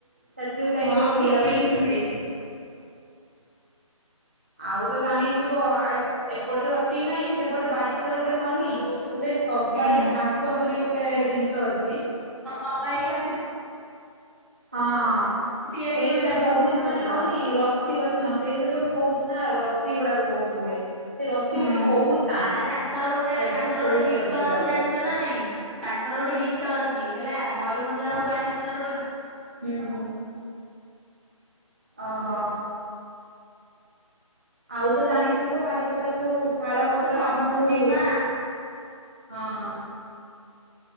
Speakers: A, on the right; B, in the centre.
A: ସେଠି ବି ଯାଇଥିଲୁ
B: ହଁ
A: ବୁଲିବା
B: ଖିଚିଙ୍ଗ
A: ପାଇଁ।
B: ଟା ହୁଏ,
A: ଆଉ ତ ଜାଣିଥିବ ଅ ଆଏତ୍ ଏପଟରେ ଅଛି କି ନାହିଁ ସେପଟ ବାରିପଦାରେ ଗୋଟେ କନି ଗୋଟେ, ସବାଇ
B: ହୁଁ
A: ଘାସ ବୋଲି ଗୋଟେ ଜିନିଷ ଅଛି,
B: ସମ୍ବାଇ ଘାସୁରି,
A: ହଁ-ହଁ
B: ତିଆରି
A: ସେଇଥିରେ
B: ହୁଏ ତାଙ୍କର
A: ବହୁତ
B: ଜିନିଷ
A: ମାନେ
B: ପତ୍ର
A: କହନି ର ବସି-ବସି ହଁ ସେଇଥିରେ ସବୁ ବହୁତ ନା ରସିି ଗୁଡ଼ାକ ବହୁତ ହୁଏ, ସେ ରସି
B: ହୁଁ
A: ଭିତରେ ବହୁତ ଟାଣ
B: ଆରେ ତାଙ୍କର ଗୋଟେ
A: ମଜବୁତ
B: ତାଙ୍କର
A: ବହୁତ
B: ଗୋଟେ ଗୀତ
A: ସେ ରସି ଗୁଡାକରେ।
B: ଅଛି ଜାଣିଛ ନା ନାଇଁ, ତାଙ୍କର ଗୋଟେ ଗୀତ ଅଛି ହେଲା ମୟୂରଭଞ୍ଜ ଆଉ ବାରିପଦାର ଗୋଟେ,
A: ହୁଁ-ହୁଁ, ଓ ହ ଆଉ ତ ଜାଣିଥିବ ବାରିପଦାର ଯୋଉ ଶାଳ ପତ୍ରରେ
B: ସବୁ
A: ଆମର ଯୋଉ,
B: ଜିମା
A: ହଁ-ହଁ,